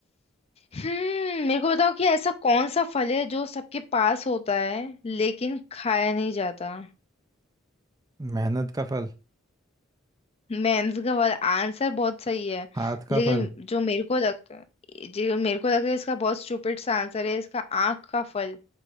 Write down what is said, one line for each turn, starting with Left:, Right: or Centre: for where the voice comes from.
Left: हम्म मेरे को बताओ कि ऐसा कौन सा फल है जो सबके पास होता है लेकिन खाया नहीं जाता
Right: मेहनत का फल
Left: मैं का वाला आंसर बहुत सही है
Right: हाथ का
Left: लेकिन
Right: फल
Left: जो मेरे को लगता जो मेरे को लगता है इसका बहुत स्टूपिड सा आंसर है इसका आंख का फल